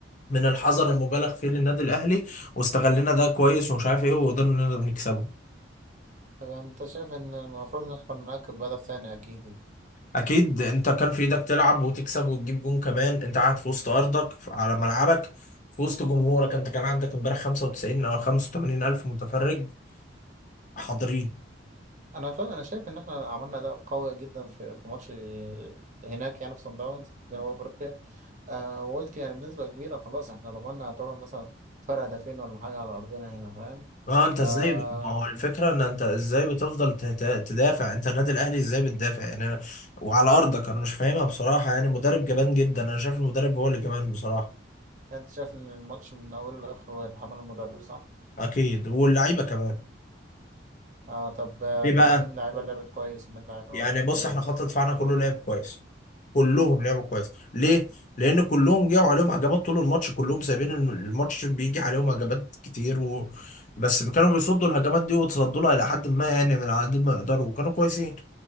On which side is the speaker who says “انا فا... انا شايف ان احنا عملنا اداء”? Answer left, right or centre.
Right